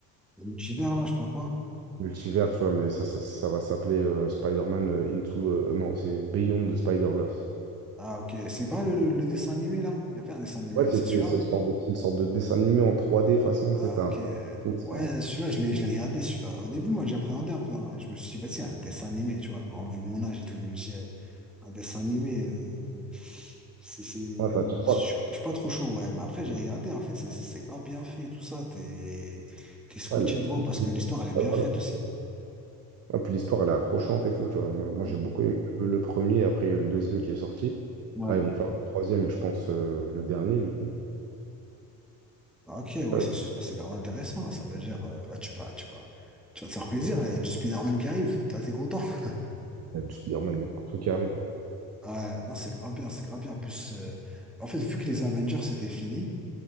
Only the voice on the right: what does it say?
Multivers, tu vois. Mais ça, ça, ça va s'appeler euh, Spider-Man euh, Into... euh, non, c'est Beyond the Spider-Verse.
Ouais,
c'est
c'est-
c'est le sorte de, c'est le sorte de dessin animé en 3D façon.
Tu sais, t'as
un- t'as l'impression
que c'est en-
Ouais, ça tire pas.
Ouais, les-
ouais,
voilà.
Ah, puis l'histoire, elle est accrochante et tout. tu vois. Moi, moi,
j'ai beaucoup aimé le, le premier. Après, il y a eu le deuxième qui est sorti.
Là, ils vont faire le troisième et je pense euh, le dernier, du coup.
Ouais,
il y a du Spider-Man de partout qui arrive. hein.